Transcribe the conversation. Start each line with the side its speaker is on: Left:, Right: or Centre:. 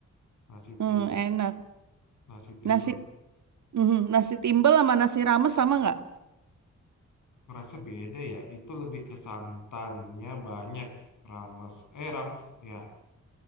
Left: nasi
Right: Hmm,
Left: tim,
Right: enak.
Left: nasi timbel.
Right: Nasi Mhm, Nasi timbel sama nasi rames sama nggak?
Left: Rasa beda ya. Itu lebih ke santannya banyak. Rames, eh rames ya.